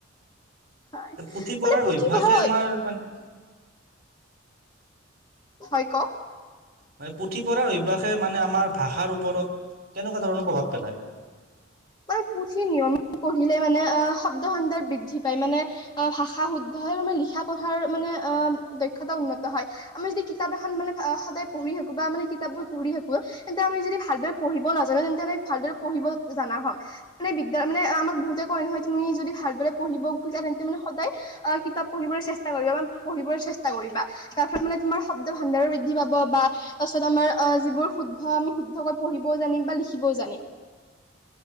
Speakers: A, on the left; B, on the right.
A: হয়
B: পুথি পঢ়াৰ
A: মানে পুথিভঁৰাল
B: অভ্যাসে আমাৰ মানে
A: হয় কওক।
B: মানে পুথি পঢ়াৰ অভ্যাসে মানে আমাৰ ভাষাৰ ওপৰত কেনেকুৱা ধৰণৰ প্ৰভাৱ পেলায়?
A: মানে পুথি নিয়মিত পঢ়িলে মানে আ, শব্দ সম্ভাৰ বৃদ্ধি পায় মানে আহ, ভাষা শুদ্ধ হয় আৰু মানে লিখা পঢ়াৰ মানে আহ, দক্ষতা উন্নত হয়। আমি যদি কিতাপ এখন মানে সদায় পঢ়ি থাকোঁ বা মানে কিতাপবোৰ পঢ়ি থাকোঁ তেন্তে আমি যদি ভালদৰে পঢ়িব নাজানো তেন্তে আমি ভালদৰে পঢ়িব জানা হম। মানে বিদ্যা মানে আমাক বহুতে কয় নহয় তুমি যদি ভালদৰে পঢ়িব খুজা তেন্তে মানে সদায় আ, কিতাপ পঢ়িবৰ চেষ্টা কৰিবা বা পঢ়িবৰ চেষ্টা কৰিবা। তাৰফলত মানে তোমাৰ শব্দ ভাণ্ডাৰো বৃদ্ধি পাব বা তাৰপিছত আমাৰ আ, যিবোৰ শুদ্ধ আমি শুদ্ধকৈ পঢ়িবও জানিম বা লিখিবও জানিম।